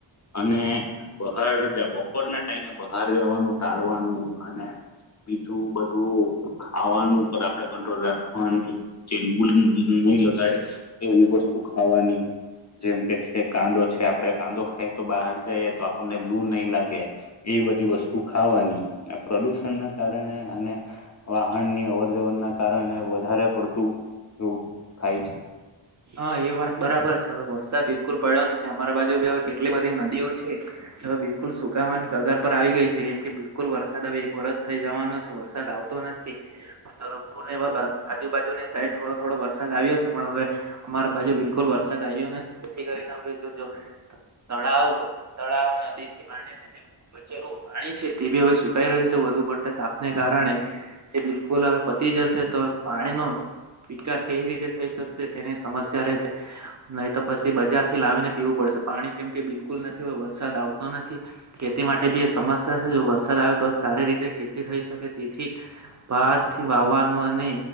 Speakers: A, on the left (about 35°); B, on the right (about 40°).
A: અને બહાર બપોરના ટાઈમે બહાર જવાનું ટાળવાનું અને બીજું બધું ખાવાનું આપડે કંટ્રોલ રાખવાની <unintelligible> નહી લગાડે એવી વસ્તુ ખાવાની જેમ કે છે કાંદો છે આપડે કાંદો ખાય તો બહાર જઈએ તો આપ આપને લૂ નહીં લાગે એ બધી વસ્તુ ખાવાની આ પ્રદુષણ ના કારણે અને વાહન ની અવર જવર ના કારણે વધારે પડતું એવું થાય છે
B: હા એ વાત બરાબર છે હવે વરસાદ બિલકુલ પડ્યો નથી અમારી બાજુ બી હવે કેટલી બધી નદીઓ છે હવે બિલકુલ સુકાવાની કગાર પર આવી ગઈ છે કેમ કે બિલકુલ વરસાદ હ એક વાર વરસ થઇ જવાનો છે વરસાદ આવતો નથી પૂર એ આજુબાજુની સાઈડ થોડો થોડો વરસાદ આવ્યો છે. પણ હવે અમારે બાજુ બિલકુલ વરસાદ આવ્યો નથી જેથી કરીને જોજો તળાવ તળાવ નદી થી બાડીને બચેલું જે પાણી છે તે બી હવે સુકાઈ રહ્યું છે વધુ પડે તાપને કારણે જે બિલકુલ હવે પતી જશે તો પાણીનો વિકાસ કઈ રીતે થઈ શકશે તેની સમસ્યા રહેશે. નહી તો પછી બજાર થી લાવીને પીવું પડશે પાણી કેમ કે બિલકુલ નથી હો વરસાદ આવતો નથી ખેતીમાં. માટે બી એ સમસ્યા છે જો વરસાદ આવે તો સારી રીતે ખેતી થઈ શકે તે. થી ભારથી વાવવાનું અને